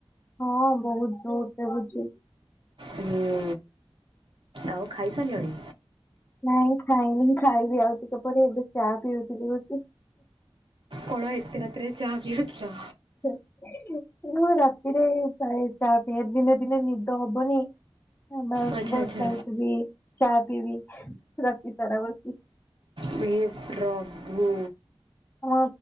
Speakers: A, on the left; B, on the right.
A: ହଁ ବହୁତ୍ ଜୋରସେ ହୋଉଛି।
B: ହୁଁ ଆଉ ଖାଇ ସାରିଲଣି?
A: ନାଇଁ ଖାଇନି ଖାଇବି ଆଉ ଟିକେପରେ ଏବେ ଚା ପିଉଥିଲି ବସିକି।
B: କଣ ଏତେ ରାତିରେ ଚା ପିଉଥିଲ?
A: <unintelligible> ମୁଁ ରାତିରେ ପ୍ରାୟ ଚା ପିଏ ଦିନେ ଦିନେ ନିଦ ହବନି <unintelligible>
B: ଆଚ୍ଛା ଆଚ୍ଛା
A: ବି ଚାହା ପିଇବି <unintelligible> ରାତିି ସାରା ବସିକି।
B: ହେ ପ୍ରଭୁ।
A: ହଁ